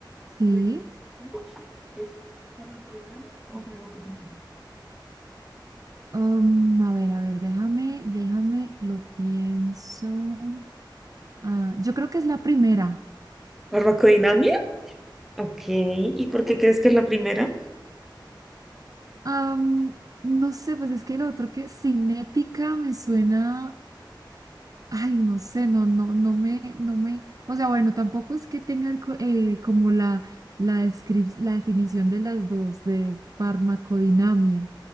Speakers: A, on the right; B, in the centre.
A: Sí.
B: se conoce como es farmacodinamia o farmacocinética.
A: um, a ver, a ver, déjame, déjame, lo pienso. Ah, yo creo que es la primera.
B: ¿Farmacodinamia? Ok, ¿y por qué crees que es la primera?
A: Am, no sé, pues es que lo otro que cinética me suena Ay, no sé, no, no, no me, no me, o sea, bueno, tampoco es que tenga el co- eh, como la, la, descrip- la definición de las dos, de farmacodinamia